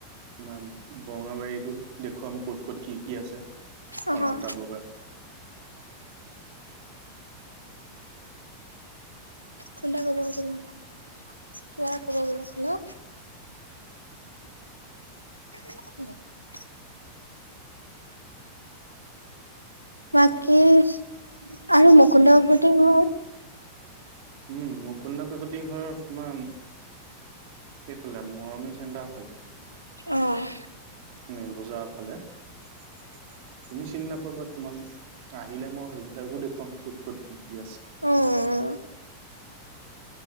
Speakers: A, on the right (about 50°); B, on the right (about 85°).
A: তোমাৰ বৰঙাবাৰীতো দেখুৱাম ক'ত- ক'ত কি -কি আছে। কনকলতা
B: ফোন
A: বৰুৱাৰ
B: ফোন এটা কৰিব কৈছে তোমাক কিবা এটা কব বলে। হেল্ল' <inaudible> বাকী <inaudible> আৰু মুকুন্দ কাকতিৰ ঘৰ?
A: উম, মুকুন্দ কাকতি ঘৰ তোমাৰ এইফালে মৰমি চেন্টাৰ ফালে।
B: অ'।
A: মেল বজাৰৰ <inaudible> তুমি চিনি নাপাবা তোমাক আহিলে মই সেইবিলাকো দেখুৱাম ক'ত ক'ত কি কি আছে।
B: উম